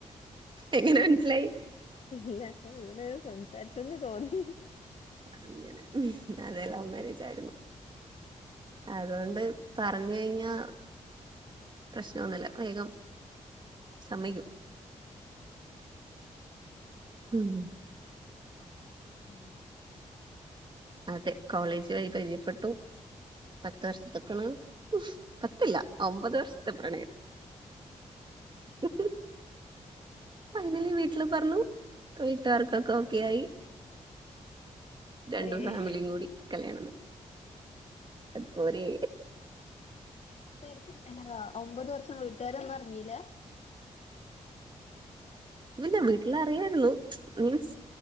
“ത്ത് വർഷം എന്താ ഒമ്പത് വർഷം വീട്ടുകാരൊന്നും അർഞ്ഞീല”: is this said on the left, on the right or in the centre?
Left